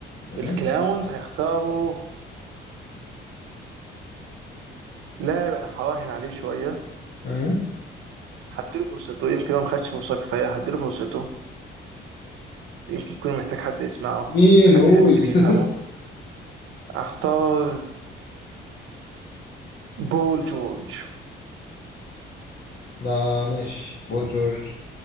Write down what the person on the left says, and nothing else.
أه؟
أه؟
مين
قول
<laughs>
ده ماشي بول جورج